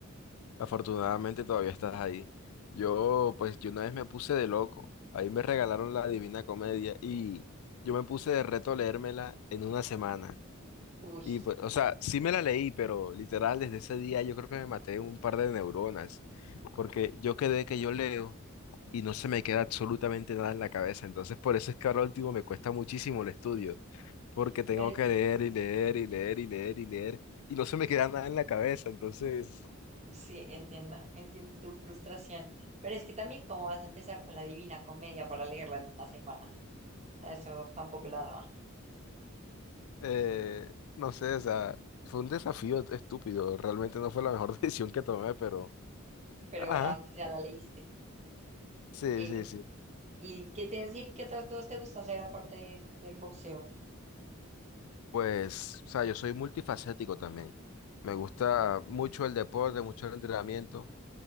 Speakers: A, on the left; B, on the right.
A: Afortunadamente todavía estás ahí. Yo, pues, yo una vez me puse de loco. Ahí me regalaron la Divina Comedia y yo me puse de reto leérmela en una semana.
B: Uy,
A: Y pues, o sea, sí me la leí, pero literal desde ese día yo creo que me maté un par de neuronas, porque yo quedé que yo leo y no se me queda absolutamente nada en la cabeza. Entonces, por eso es que ahora último me cuesta muchísimo el estudio,
B: sí,
A: porque tengo
B: pero
A: que leer y leer y leer y leer y leer y no se me queda nada en la cabeza. Entonces...
B: sí, entiendo, entiendo tu frustración. Pero es que también cómo vas a empezar con la Divina Comedia para leerla en una semana. A Eso tampoco la daba.
A: eh, no sé, o sea, fue un desafío estúpido. Realmente no fue la mejor <laughs> decisión que tomé, pero
B: Pero
A: Ajá.
B: bueno, aunque sea la leíste.
A: sí,
B: Eh,
A: sí, sí.
B: ¿y qué te decir? ¿Qué otras cosas te gusta hacer aparte de- del boxeo?
A: Pues, o sea, yo soy multifacético también. Me gusta mucho el deporte, mucho el entrenamiento.